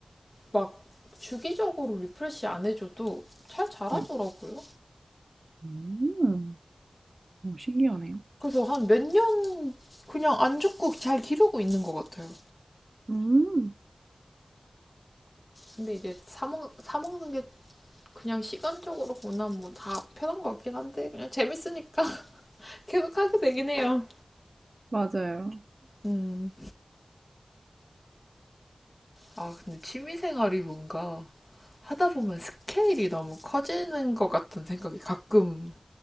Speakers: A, on the left; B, on the right.
A: 막 주기적으로 리프레시 안 해줘도 잘 자라더라고요.
B: 네. 음, 오, 신기하네요.
A: 그래서 한 몇 년 그냥 안 죽고 잘 기르고 있는 것 같아요.
B: 음,
A: 근데 이제 사먹, 사먹는 게 그냥 시간적으로 보나 뭐 다 편한 것 같긴 한데 그냥 재밌으니까 <laughs> 계속 하게 되긴 해요.
B: 맞아요.
A: 음. 아, 근데 취미생활이 뭔가 하다 보면 스케일이 너무 커지는 것 같은 생각이 가끔